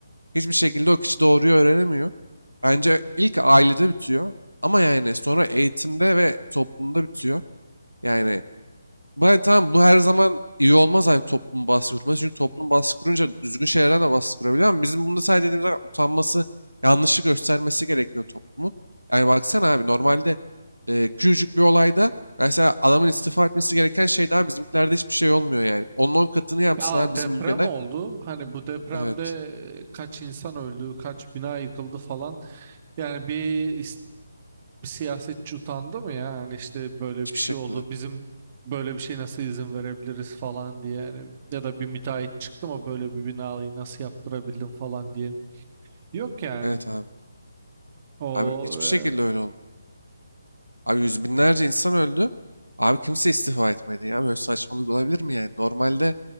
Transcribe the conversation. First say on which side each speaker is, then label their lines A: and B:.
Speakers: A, on the right; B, on the right.
A: Hiçbir şekilde o kişi doğruyu öğrenemiyor. Bence ilk ailede bitiyor ama yani sonra eğitimde ve toplumda bitiyor. Yani Bay tamam bu her zaman iyi olmaz hani toplum baskı kurması. Çünkü toplum baskı kurunca düzgün şeylerden de baskı kurabiliyor ama bizim bunu sadece dediğimiz zaman utanması, yanlışı göstermesi gerekiyor toplumun. Yani baksana abi normalde e, küçücük bir olayda mesela adamın istifa etmesi gereken şey daha bizimkilerde hiçbir şey olmuyor yani. Onun on katını yapsın
B: Ya
A: abi
B: deprem
A: bizim ülkede.
B: oldu. Hani bu depremde
A: Evet.
B: e, kaç insan öldü, kaç bina yıkıldı falan. Yani bir bir siyasetçi utandı mı ya? Yani işte böyle
A: Hiçbir
B: bir şey
A: şekilde.
B: oldu. Bizim böyle bir şey nasıl izin verebiliriz falan diye. Yani ya da bir müteahhit çıktı mı böyle bir binayı nasıl yaptırabildin falan diye. Yok yani.
A: Evet abi.
B: O
A: Abi hiçbir
B: e,
A: şekilde öyle olmuyor. Abi yüz binlerce insan öldü. Abi kimse istifa etmedi ya. Böyle saçmalık olabilir mi yani? Normalde